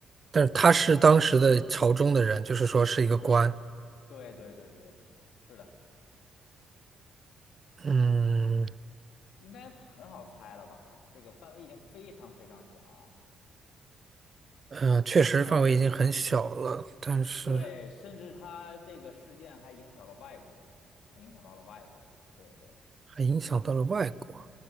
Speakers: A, on the right; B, on the left.
A: 但是他是当时的朝中的人，就是说是一个官。
B: 对，对对对对，是的，
A: 嗯
B: 应该很好猜了吧？这个范围已经非常非常小，
A: 嗯，呃确实范围已经很小了，
B: 嗯，
A: 但是
B: 对，甚至他这个事件还影响了外国，还影响到了外国，对对
A: 还影响到了外国，